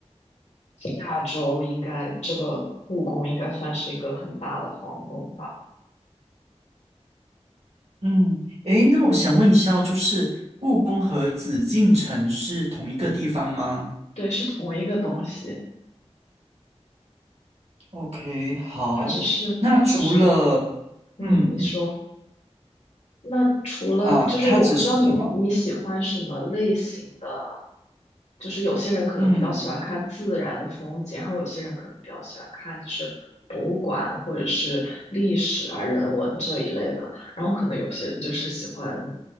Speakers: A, on the left (about 80°); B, on the right (about 70°).
A: 亚洲应该这个故宫应该算是一个很大的皇宫吧？
B: 嗯，诶，那我想问一下哦就是故宫和紫禁城是同一个地方吗
A: 对，是同一个东西，
B: ？OK，好。
A: 它只是就是
B: 那除了
A: 嗯，
B: 嗯
A: 你说。那除了就是我不知道你你喜欢什么类型的，
B: 啊、它只是什么？
A: 就是有些人可能比较喜欢看自然的风景，
B: 嗯
A: 然后有些人可能比较喜欢看就是博物馆或者是历史啊人文这一类的，然后可能有些人就是喜欢